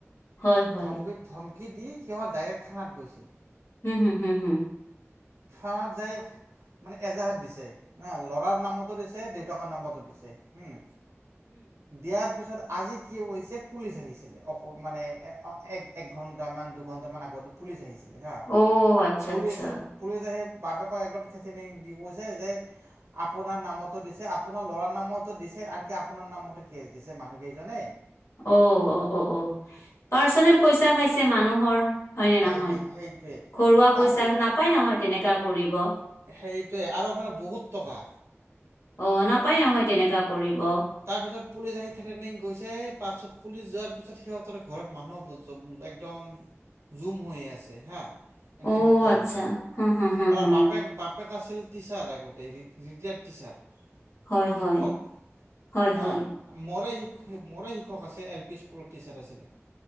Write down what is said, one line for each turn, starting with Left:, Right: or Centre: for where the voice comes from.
Left: হয় হয়
Right: ধমকি ধমকি দি সিহঁত ডাইৰেক্ট থানাত গৈছে।
Left: হুম, হুম, হুম, হুম।
Right: থানাত যায় মানে এজাহাত দিছে, হা ল'ৰাৰ নামতো দিছে দেউতাকৰ নামটো দিছে হুম, দিয়াৰ পিছত আজি কি হৈছে পুলিচ আহিছিলে অকন মানে এক এক ঘণ্টামান দুঘণ্টামান আগত। পুলিচ আহিছিলে হা,
Left: অ' আচ্ছা,
Right: পুলিচ
Left: আচ্ছা।
Right: পুলিচে আহি বাপেকক একদম থ্ৰেটেইনিং দি কৈছে যে আপোনাৰ নামতো দিছে, আপোনাৰ ল'ৰাৰ নামতো দিছে, আনকি আপোনাৰ নামতো কেছ দিছে, মানুহ কেইজনে।
Left: অ'অ' অ 'অ 'পাৰ্চনেল পইচা খাইছে মানুহৰ হয়নে
Right: এই
Left: নহয়।
Right: সেই সেইটোৱে
Left: ঘৰুৱা
Right: তাৰ
Left: পইচা নাপায় নহয় তেনেকা কৰিব।
Right: সেইৰিটোৱে আৰু মানে বহুত টকা।
Left: অ' নাপায় নহয় তেনেককা কৰিব।
Right: তাৰ পিছত পুলিচ আহি থ্ৰেনিং গৈছে পাছত পুলিচ যোৱাৰ পিছত সিহঁতৰ ঘৰত মানুহ একদম জুম হৈ আছে হা। এনে
Left: অ'
Right: এনেকুৱা
Left: আচ্ছা,
Right: হৈছে,
Left: হু, হু, হু,
Right: আৰু
Left: হু।
Right: বাট বাপেক আছিল টিচাৰ আগতে ৰিটায়াৰ্ড টিচাৰ।
Left: হয়,
Right: শিক্ষক
Left: হয়, হয়,
Right: হা।
Left: হয়,
Right: মৰে শিক মৰে শিক্ষক আছিল এল পি স্কুলত টিচাৰ আছিলে।